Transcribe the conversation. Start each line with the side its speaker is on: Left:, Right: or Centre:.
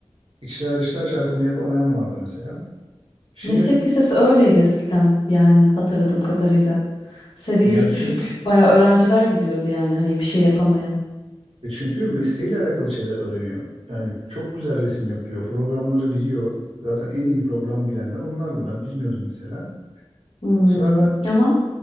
Right: içler dışlar çarpımı yapamayan vardı mesela. Şimdi
Left: Meslek lisesi öyleydi eskiden yani hatırladığım kadarıyla. Seviyesi
Right: ya çünkü
Left: düşük bayağı öğrenciler gidiyordu yani hani bir şey yapamayan.
Right: e çünkü mesleğiyle alakalı şeyler öğreniyor. Yani çok güzel resim yapıyor. Programları biliyor. Zaten en iyi program bilenler onlardı. Ben bilmiyordum mesela.
Left: Hmm,
Right: Sonra ben
Left: Ama